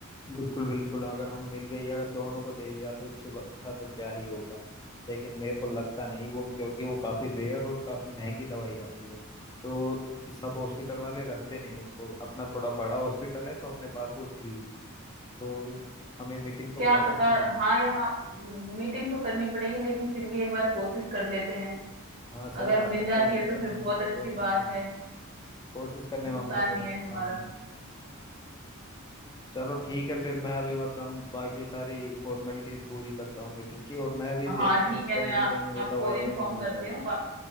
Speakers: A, on the left (about 20°); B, on the right (about 40°).
A: बिल्कुल बिल्कुल अगर हम मिल गई अगर दोनों को दे दिया तो इससे ब- अच्छा तो क्या ही होगा लेकिन मेरे को लगता नहीं वो क्योंकि वो काफी रेयर और काफी महंगी दवाई आती है तो सब हॉस्पिटल वाले रखते नहीं उनको अपना थोड़ा बड़ा हॉस्पिटल है तो अपने पास वो थी तो हमें मीटिंग तो
B: क्या
A: करनी
B: पता
A: ही पड़ेगी
B: हाँ यहाँ मीटिंग तो करनी पड़ेगी लेकिन फिर भी एक बार कोशिश कर लेते हैं
A: हाँ सही
B: अगर
A: बात
B: मिल
A: है
B: जाती
A: कोशिश
B: है तो
A: करने
B: फिर
A: में
B: बहुत अच्छी
A: तो कोई नुकसान
B: बात है
A: कोशिश करने
B: नुकसान
A: में हमारा कोई
B: नहीं
A: नुकसान
B: है हमारा
A: नहीं चलो ठीक है फिर मैं अभी मतलब बाकी सारी फॉर्मेलिटीज पूरी करता हूँ मीटिंग की और मैं भी देखता
B: हाँ ठीक
A: हूँ
B: है
A: कहीं
B: मैं आ,
A: ना कहीं वो
B: आपको
A: दवाई
B: इन्फॉर्म
A: मेरे को मिल
B: करती
A: जाए तो
B: हूँ